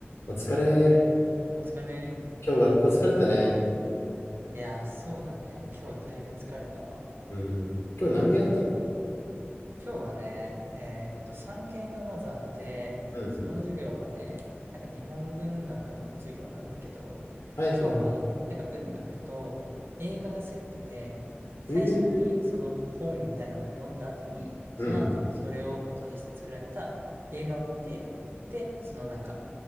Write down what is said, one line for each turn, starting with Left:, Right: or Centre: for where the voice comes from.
Left: お疲れ。
Right: お疲れ。
Left: 今日学校疲れたね。
Right: いやー、そうだね。今日だいぶ疲れたわ。
Left: うん。今日何件あったの
Right: 今日はね、えーっと、3限がまずあって、
Left: うん。
Right: その授業はね、なんか日本文学の授業なんだけど、
Left: はいはいは
Right: 今日はなんか文学と映画がセットで、最初にその本みたいなのを読んだ後に、
Left: い。えー、うん。
Right: その後それを元にして作られた映画を見て、で、そのなんか